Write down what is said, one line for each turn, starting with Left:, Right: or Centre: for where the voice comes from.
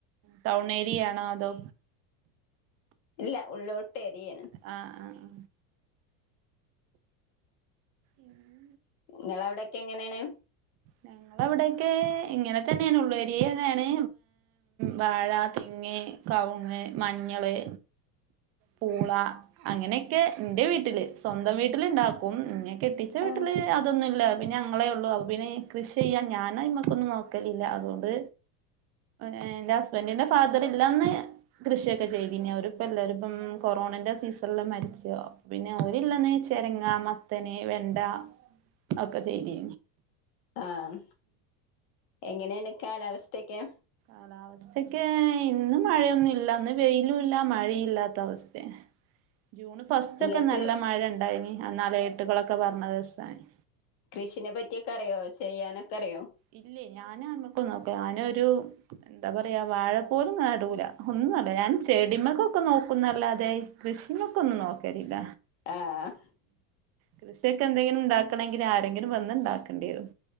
Right: ടൗൺ ഏരിയയാണോ അതോ
Left: ഇല്ല ഉള്ളോട്ട് എരിയ
Right: ആ ആ ആ ഉം
Left: നിങ്ങവിടെൊക്കെ എങ്ങനെആ ണ്
Right: ഞങ്ങള അവിടെൊക്കെ ഇങ്ങനെ തന്നെയാണ് ഉള്ളരിയതാണ് വാഴ തെങ്ങ് കവുങ് മഞ്ഞള് പൂള അങ്ങനെയൊക്കെ നിന്റെ വീട്ടില് സ്വന്തം വീട്ടില് ഇണ്ടാക്കും ഇങ്ങ കെട്ടിച്ച വീട്ടില്
Left: ആഹ്
Right: അതൊന്നുമില്ല പിന്നെ ഞങ്ങളെ ഉള്ളു അ പിെ കൃഷി ചെയ്യാ ഞാന ഇ്മക്കൊന്നും നോക്കലില്ല അതുകൊണ്ട് എറെ ഹസ്ബൻഡന്റെ ഫാദർ ഇല്ലാന്ന് കൃഷിയൊക്കെ ചെയ്തിന അവരിപ്പല്ലപ്പം കൊറോണന്റെ സീസണില മരിച്ചോ പിന്നെ അവരില്ലാന്ന് ചെരങ്ങ മത്തനെ വെണ്ട ഒക്കെ ചെയ്തി
Left: ആഹ എങ്ങനെയാണ് കാലാവസ്ഥൊക്കെ
Right: കാലാവസ്ഥൊക്കെ ഇന്ന് മഴയൊന്നും ഇല്ല ഇന്ന് വെയിലും ഇല്ല മഴ ഇല്ലാത്ത അവസ്ഥ ജൂൺ ഫസ്റ്റ്
Left: നിങ്ങൾക്ക്
Right: ഒക്കെ നല്ല മഴ ഇണ്ടായിന് ആ അലട്ടുകളൊക്കെ പറഞ്ഞത് ദിവസാണ്
Left: കൃഷിനെ പറ്റിയൊക്കെ അറിയോ ചെയ്യാനൊക്കെ അറിയോ
Right: ഇല്ലേ ഞാന ആമ്മക്കൊ നോക്ക ഞാനൊരു എന്താ പറയാ വാഴ പോലും നാടൂല ഒന്നുംല്ല ഞാൻ ചെടിമകൊക്കെ നോക്കുന്നല്ലാതെ കൃഷിമക്ക ഒന്നും നോക്കരില്ല
Left: ആഹ
Right: കൃഷിയൊക്കെ എന്തെങ്കിലും ഉണ്ടാക്കണെങ്കിൽ ആരെങ്കിലും വന്ന ഉണ്ടാക്കേണ്ടി വരും